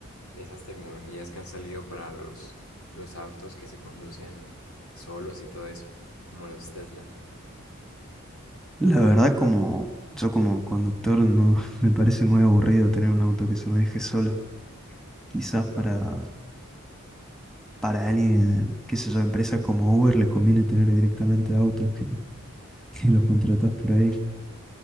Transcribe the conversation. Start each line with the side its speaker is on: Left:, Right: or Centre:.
Left: de esas tecnologías que han salido para los, los autos que se conducen solos y todo eso, como los Tesla?
Centre: La verdad, como yo como conductor, no <laughs> me parece muy aburrido tener un auto que se maneje solo. Quizás para, para alguien, qué sé yo, empresas como Uber les conviene tener directamente autos que, que los contratás por ahí,